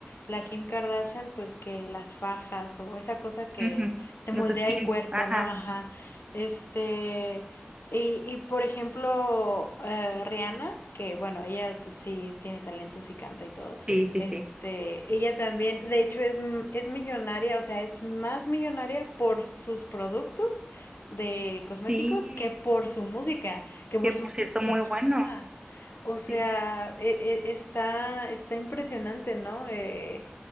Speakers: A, on the left; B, on the right.
A: la Kim Kardashian, pues que las fajas o esa cosa que
B: ujú,
A: te
B: Los
A: moldea
B: skins,
A: el cuerpo,
B: ajá,
A: ¿no? Ajá. Este... Y, y por ejemplo, eh, Rihanna, que bueno, ella pues sí tiene talento, sí canta y todo.
B: sí, sí,
A: Este,
B: sí.
A: ella también, de hecho, es, m- es millonaria, o sea, es más millonaria por sus productos de cosméticos
B: Sí,
A: que por su música, que por
B: que
A: su...
B: por cierto, muy bueno.
A: Ajá. O sea,
B: Sí.
A: e- e- está, está impresionante, ¿no? Eh,